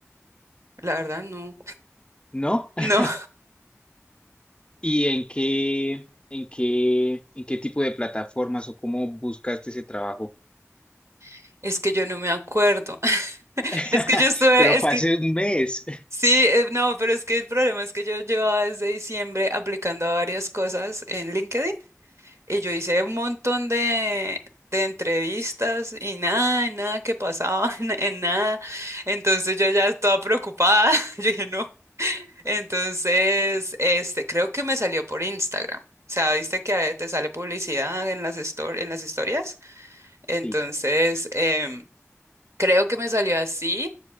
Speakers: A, on the right; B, on the left.
A: La verdad, no.
B: ¿no? <laughs>
A: No,
B: ¿Y en qué, en qué, en qué tipo de plataformas o cómo buscaste ese trabajo?
A: <laughs> es que yo no me acuerdo. <laughs>
B: <laughs>
A: Es que yo estuve,
B: Pero
A: es
B: fue
A: que
B: hace un mes.
A: sí, eh, no, pero es que el problema es que yo llevaba desde diciembre aplicando a varias cosas en LinkedIn Y yo hice un montón de, de entrevistas y nada, y nada que pasaba, <laughs> en, en nada. Entonces yo ya estaba preocupada. <laughs> Yo dije, no. Entonces, este, creo que me salió por Instagram. O sea, viste que a veces te sale publicidad en las, histo- en las historias. Entonces,
B: Sí.
A: em, creo que me salió así.